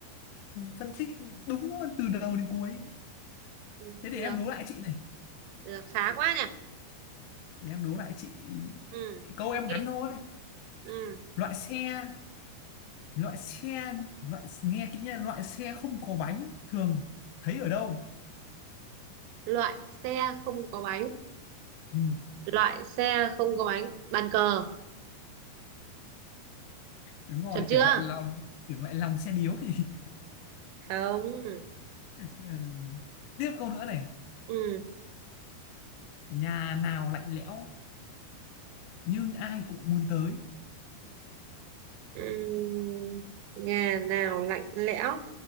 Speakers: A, on the left; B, on the right.
A: phân tích đúng luôn từ đầu đến cuối
B: Ừ,
A: thế để
B: Được,
A: em đố lại chị này
B: được, khá quá nhỉ.
A: để em đố lại chị
B: Ừ,
A: câu em
B: ok.
A: ngắn thôi
B: Ừ.
A: loại xe loại xe loại nghe kỹ nha loại xe không có bánh thường thấy ở đâu
B: Loại xe không có bánh.
A: ừ,
B: Loại xe không có bánh. Bàn cờ,
A: đúng rồi
B: chuẩn chưa?
A: tưởng lại lòng tưởng lại lòng xe điếu thì <laughs>
B: Không.
A: Ừ. tiếp câu nữa này
B: Ừ.
A: nhà nào lạnh lẽo nhưng ai cũng muốn tới
B: Ừ. Nhà nào lạnh lẽo?